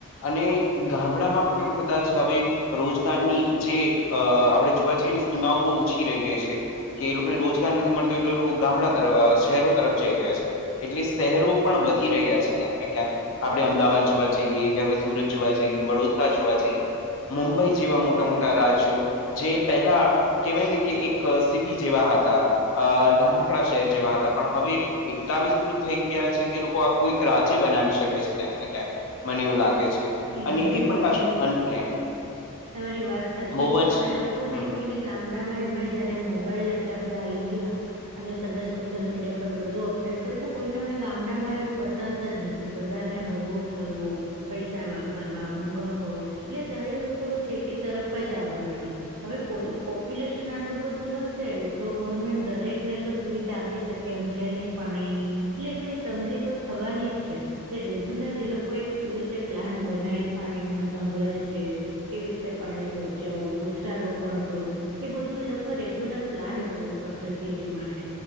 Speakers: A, on the left; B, on the right.
A: અને ગામડામાં પણ કદાચ હવે, રોજગારની જે અ આપણે જોવા જઈએ ને સીમાઓ બહુ ઓછી રહી ગઈ છે. કે એ લોકોને રોજગાર નથી મળતો એટલે એ લોકો ગામડા તરફ શહેરો તરફ જઈ રહ્યા છે. એટલે શહેરો પણ વધી રહ્યા છે ક્યાંક ને ક્યાંક. આપણે અમદાવાદ જોવા જઈએ કે હવે સુરત જોવા જઈએ વડોદરા જોવા જઈએ. મુંબઈ જેવા મોટા મોટા રાજ્યો જે પહેલા કેવાય ને કે એક સિટી જેવા હતા અ નાનકડા શહેર જેવા હતા પણ હવે એટલા વિસ્તૃત થઈ ગયા છે કે લોકો આખું એક રાજ્ય બનાવી શકે છે. ક્યાંક ને ક્યાંક મને એવું લાગે છે.
B: એકદમ
A: અને એ પણ
B: તમારી
A: પાછું અનપ્લેન્ડ
B: તમારી વાત સાચી
A: બહુ
B: છે
A: જ
B: હવે લોકોને
A: હમ
B: કોઈને ગામડામાં એમાં જયારે મોબાઈલ આટલા બધા આઇ ગ્યા અને તમે સોશિયલ મીડિયા પર બધું અપડેટ કર એટલે કોઈને હવે ગામડામાં રહેવું પસંદ જ નથી. કે બધાને હરવું ફરવું પૈ <unintelligible> વાપરવા મોંઘા ફોન એટલે દરેક લોકો હવે સિટી તરફ જ આવવા માંડયા. હવે પોલ્યુ પોપ્યુલેશન આટલું બધું વધશે તો ગવર્મેન્ટ દરેકને તો સુવિધા આપી શક કેમ છે નહી પાણીની એટલે બધી તંગી તો થવાની જ છે. તે રેગ્યુલર એ લોકો એક એવી રીતે પ્લાન બનાવી પાણીનો સંગ્રહ છે. કેવી રીતે પાણી બચાવું વૃક્ષારોપણ કરું. એ બધું એ લોકો રેગ્યુલર પ્લાન કરવું પડશે સિટી માટે.